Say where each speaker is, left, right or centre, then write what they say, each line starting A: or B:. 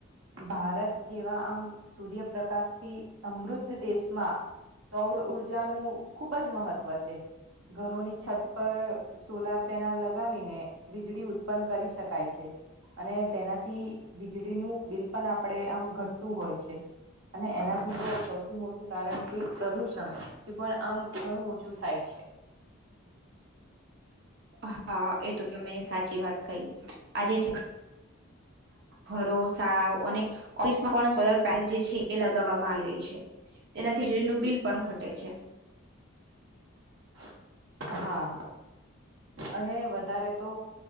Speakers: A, on the right; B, on the right.
A: ભારત જેવા આમ સૂર્યપ્રકાશ થી સમૃદ્ધ દેશમાં સૌર ઉર્જાનુંું ખુબ જ મહત્વ છે. ઘરોની છત પર સોલાર પેનલ લગાવીને વીજળી ઉત્પન્ન કરી શકાય છે અને તેનાથી વીજળીનું બિલ પણ આપણે આમ ઘટતું હોય છે અને એનાથી સૌથી મોટું કારણ કે પ્રદુષણ એ પણ આમ ઘણું ઓછું થાય છે <inaudible>
B: હા એ તો તમે સાચી વાત કહી આજે જ ઘરો શાળાઓ અને ઓફિસમાં પણ સોલર પેનલ જે છે એ લગાવવામાં આવી રહી છે તેના થિજડીનું બિલ પણ ઘટે છે
A: <inaudible> હા અને વધારે તો